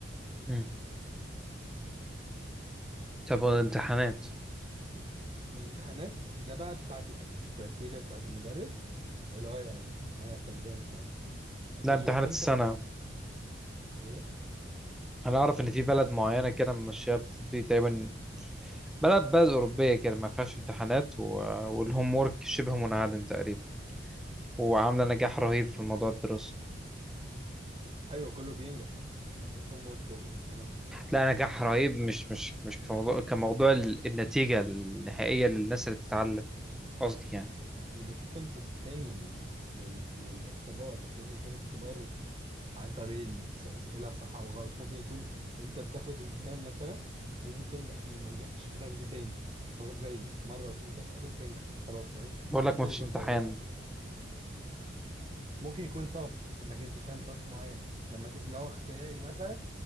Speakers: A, in the centre; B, on the right.
A: مم. طب والامتحانات
B: الامتحانات ده بقى بتاعتي انا دي كرايتيريا بتاعت المدرس اللي هو يعني انا كمدرس يعني بشوف
A: لا امتحانات
B: انت
A: السنة
B: في ايه
A: انا اعرف ان في بلد معينة كده ماشية بتطبيق تقريبا بلد بلد اوروبية كده ما فيهاش امتحانات و... والهوم وورك شبه منعدم تقريبا وعاملة نجاح رهيب في موضوع الدراسة
B: ايوه كله بينجح مفيش هوم ورك وامتحانات
A: لا نجاح رهيب مش مش مش كموضوع كموضوع ال- النتيجة النهائية للناس اللي بتتعلم قصدي يعني
B: يبقى في كونسيبت تاني لل... لل... للاختبار مش لازم يكون اختبار عن طريق الأسئلة صح أو غلط ممكن يكون أنت بتاخد إكزام مثلا لازم تنجح فيه ما نجحتش فتاخده تاني تاخد زيه مرة واتنين تلاتة لحد ما تنجح خلاص فاهم
A: بقول لك ما
B: توظف
A: فيش امتحان
B: درجاتك ممكن يكون تاسك انك انت تعمل تاسك معين لما ت... لو اختياري مثلا